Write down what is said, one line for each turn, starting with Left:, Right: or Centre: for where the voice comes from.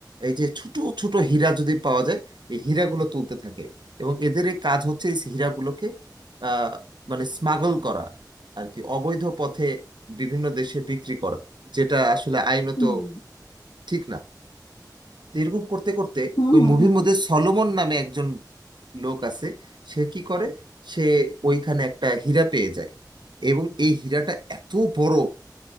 Right: এই যে ছোট ছোট হীরা যদি পাওয়া যায় এই হীরাগুলো তুলতে থাকে এবং এদের এই কাজ হচ্ছে এই হীরাগুলোকে আহ মানে স্মাগল করা আর কি অবৈধ পথে বিভিন্ন দেশে বিক্রি করা যেটা আসলে আইনত
Left: হুম
Right: ঠিক না তো এরকম করতে করতে
Left: হুম
Right: ওই
Left: হুম
Right: মুভির
Left: হুম।
Right: মধ্যে সলোমন নামে একজন লোক আছে সে কি করে সে ওইখানে একটা হীরা পেয়ে যায় এবং এই হীরাটা এত বড়